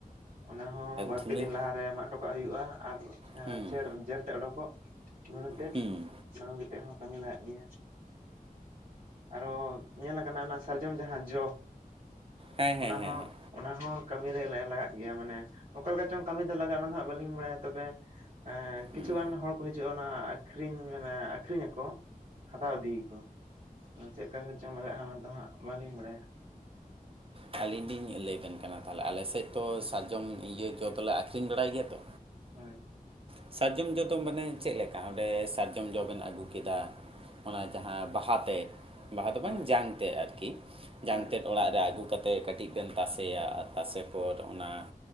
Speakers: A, on the right; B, on the right.
A: ᱚᱱᱟ ᱦᱚᱸ ᱵᱟᱨ
B: ᱫᱷᱩᱱᱟᱹ
A: ᱯᱮ ᱫᱤᱱ ᱞᱟᱦᱟᱨᱮ ᱢᱟᱜ ᱦᱚᱴᱚᱠᱟᱜ ᱦᱩᱭᱩᱜᱼᱟ ᱟᱨ
B: ᱦᱩᱸ,
A: ᱡᱮᱨ ᱛᱮ ᱚᱰᱚᱠ <unintelligible> ᱛᱮᱫ
B: ᱦᱩᱸ᱾
A: ᱚᱱᱟ ᱠᱟᱛᱮᱫ ᱦᱚᱸ ᱠᱟᱹᱢᱤ ᱞᱟᱜᱟᱜ ᱜᱮᱭᱟ᱾ ᱟᱨᱚ ᱧᱮᱞ ᱟᱠᱟᱱᱟ ᱚᱱᱟ ᱥᱟᱨᱡᱚᱢ ᱡᱟᱦᱟᱸ ᱡᱚ
B: ᱦᱮᱸ, ᱦᱮᱸ,
A: ᱚᱱᱟ
B: ᱦᱮᱸ,
A: ᱦᱚᱸ
B: ᱦᱮᱸ,
A: ᱚᱱᱟ ᱦᱚᱸ ᱠᱟᱹᱢᱤᱨᱮ ᱞᱟᱜᱟᱜ ᱜᱮᱭᱟ ᱢᱟᱱᱮ ᱚᱠᱟ ᱞᱮᱠᱟ ᱪᱚᱝ ᱠᱟᱹᱢᱤ ᱫᱚ ᱞᱟᱜᱟᱜᱼᱟ ᱚᱱᱟ ᱫᱚ ᱦᱟᱜ ᱵᱟᱹᱞᱤᱧ ᱵᱟᱲᱟᱭᱟ ᱛᱚᱵᱮ ᱠᱤᱪᱷᱩ
B: ᱦᱩᱸ᱾
A: ᱜᱟᱱ ᱦᱚᱲ ᱠᱚ ᱦᱤᱡᱩᱜᱼᱟ ᱚᱱᱟ ᱟᱠᱷᱨᱤᱧ ᱢᱟᱱᱮ ᱟᱠᱷᱨᱤᱧ ᱟᱠᱚ ᱦᱟᱛᱟᱣ ᱤᱫᱤᱭᱟᱠᱚ ᱪᱮᱫ ᱠᱟᱹᱢᱤ ᱨᱮᱪᱚᱝ ᱞᱟᱜᱟᱜᱼᱟ ᱚᱱᱟ ᱫᱚ ᱦᱟᱸᱜ ᱵᱟᱞᱤᱧ ᱵᱟᱲᱟᱭᱟ
B: ᱟᱹᱞᱤᱧ ᱞᱤᱧ ᱞᱟᱹᱭ ᱟᱵᱮᱱ ᱠᱟᱱᱟ ᱛᱟᱦᱚᱞᱮ ᱟᱞᱮᱥᱮᱫ ᱛᱚ ᱥᱟᱨᱡᱚᱢ ᱤᱭᱟᱹ ᱡᱚ ᱫᱚᱞᱮ ᱟᱠᱷᱨᱤᱧ ᱵᱟᱲᱟᱭ ᱜᱮᱭᱟ ᱛᱚ
A: ᱦᱳᱭ
B: ᱥᱟᱨᱡᱚᱢ ᱡᱚ ᱫᱚ ᱢᱟᱱᱮ ᱪᱮᱫ ᱞᱮᱠᱟ ᱚᱸᱰᱮ ᱥᱟᱨᱡᱚᱢ ᱡᱚ ᱵᱮᱱ ᱟᱹᱜᱩ ᱠᱮᱫᱟ ᱚᱱᱟ ᱡᱟᱦᱟᱸ ᱵᱟᱦᱟ ᱛᱮᱫ ᱵᱟᱦᱟ ᱫᱚ
A: ᱦᱳᱭ
B: ᱵᱟᱝ ᱡᱟᱝ ᱛᱮᱫ ᱟᱨᱠᱤ
A: ᱦᱳᱭ
B: ᱡᱟᱝ ᱛᱮᱫ ᱚᱲᱟᱜ ᱨᱮ ᱟᱹᱜᱩ ᱠᱟᱛᱮᱫ ᱠᱟᱹᱴᱤᱡ ᱵᱮᱱ ᱛᱟᱥᱮᱭᱟ ᱛᱟᱥᱮ ᱯᱚᱨ ᱚᱱᱟ